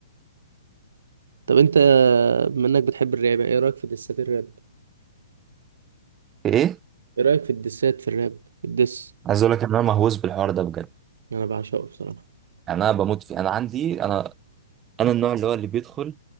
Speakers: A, on the right; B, on the right.
A: طب أنت بما إنك بتحب الراب إيه رأيك في دسات الراب؟
B: ايه
A: إيه رأيك في الدسات في الراب؟ الدس
B: عايز اقول لك ان انا مهووس بالحوار ده بجد
A: أنا بعشقه بصراحة
B: يعني انا بموت فيه انا عندي انا انا النوع اللي هو اللي بيدخل